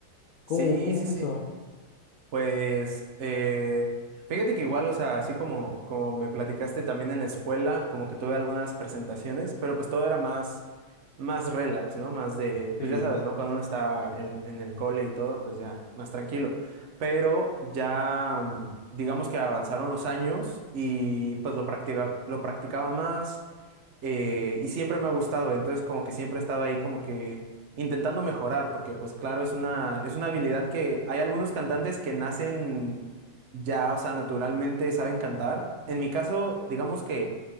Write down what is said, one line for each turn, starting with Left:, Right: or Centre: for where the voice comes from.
Left: ¿Cómo,
Right: Sí,
Left: cómo
Right: sí,
Left: es
Right: sí.
Left: eso?
Right: Pues eh, fíjate que igual, o sea, así como, como me platicaste también en la escuela, como que tuve algunas presentaciones, pero pues todo era más, más relax, ¿no? Más de,
Left: Sí.
Right: pues ya sabes, ¿no? Cuando uno está en, en el cole y todo, pues ya, más tranquilo. Pero ya, mm, digamos que avanzaron los años y pues lo practica, lo practicaba más eh, y siempre me ha gustado, entonces como que siempre he estado ahí como que intentando mejorar, porque pues claro, es una, es una habilidad que hay algunos cantantes que nacen ya, o sea, naturalmente saben cantar. En mi caso, digamos que